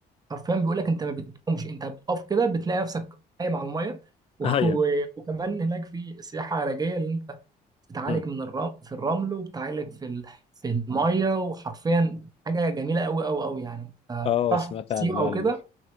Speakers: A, on the right (about 20°); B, on the left (about 35°).
A: حرفيا بيقول لك انت ما بتقومش انت بتقف كده بتلاقي نفسك قايم على الميه <laughs> و-
B: <laughs> ايوه
A: وكمان هناك في سياحه علاجيه اللي انت بتعالج
B: امم
A: من الرمل في الرمل وبتعالج في ال... في الميه وحرفيا حاجه جميله قوي قوي قوي يعني انت
B: اه
A: بتعرف
B: سمعت
A: سيوه
B: عن ال-
A: او
B: ال-
A: كده